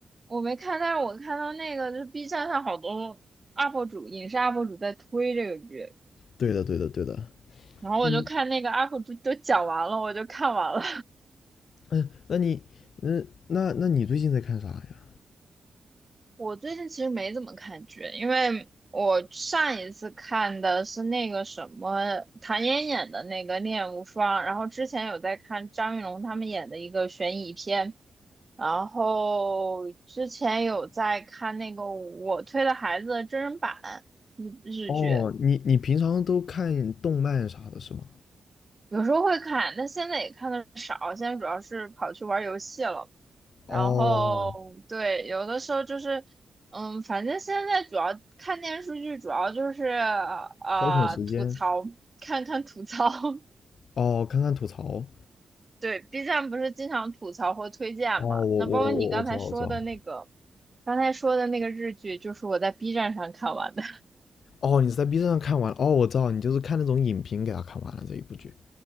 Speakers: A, on the right (about 30°); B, on the left (about 75°).
A: 我没看，但是我看到那个就是 B 站上好多 UP 主，影视 UP 主在推这个剧，
B: 对的，对的，对的。
A: 然后我就看那个
B: 嗯
A: UP 主都讲完了，我就看完了。
B: 嗯，那你，那那那你最近在看啥呀？
A: 我最近其实没怎么看剧，因为我上一次看的是那个什么唐嫣演的那个《恋无双》，然后之前有在看张云龙他们演的一个悬疑片，然后之前有在看那个《我推的孩子》的真人版日日剧，
B: 哦，你你平常都看动漫啥的是吗？
A: 有时候会看，但现在也看的少，现在主要是跑去玩游戏了。
B: 哦，
A: 然后对，有的时候就是，嗯，反正现在主要看电视剧，主要就是呃吐槽，
B: 消遣时间，
A: 看看吐槽。<laughs>
B: 哦，看看吐槽，
A: 对，B 站不是经常吐槽或推荐嘛？
B: 哦，我我我我知道我知道，
A: 那包括你刚才说的那个，刚才说的那个日剧，就是我在 B 站上看完的。<laughs>
B: 哦，你是在 B 站上看完了，哦，我知道，你就是看那种影评给他看完了这一部剧，